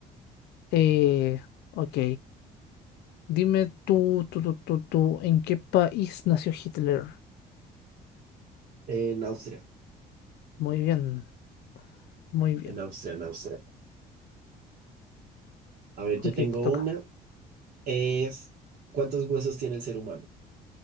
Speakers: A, on the left; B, on the right.
A: Eh, ok, dime tú, tú, tú, tú, tú, ¿en qué país nació Hitler?
B: En Austria,
A: Muy bien, muy bien.
B: en Austria, en Austria. A ver, yo
A: Ok,
B: tengo
A: te toca.
B: una. Es, ¿cuántos huesos tiene el ser humano?